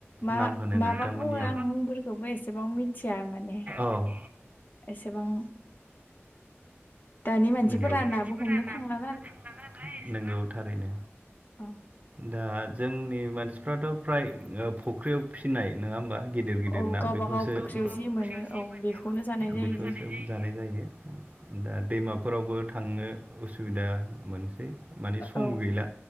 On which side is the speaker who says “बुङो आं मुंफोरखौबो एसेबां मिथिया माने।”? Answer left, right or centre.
Left